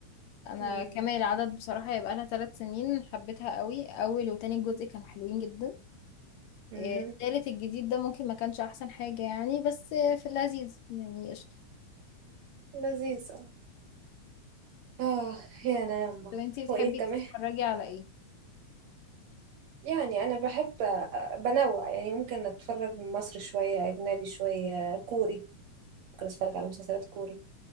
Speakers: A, on the left; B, on the right.
A: انا
B: امم
A: كامل العدد بصراحة يبقى لها ثلاث سنين حبيتها قوي اول وتاني جزء كانوا حلوين جدا
B: امم
A: إيه، التالت الجديد ده ممكن ما كانش احسن حاجة يعني بس آه، في اللذيذ يعني قشطة
B: لذيذ اه يا انا يما
A: طب انتي بتحبي
B: وايه كمان
A: تتفرجي على ايه
B: يعني انا بحب آه، بنوع يعني ممكن اتفرج من مصر شويه اجنبي شويه كوري ممكن اتفرج على مسلسلات كوري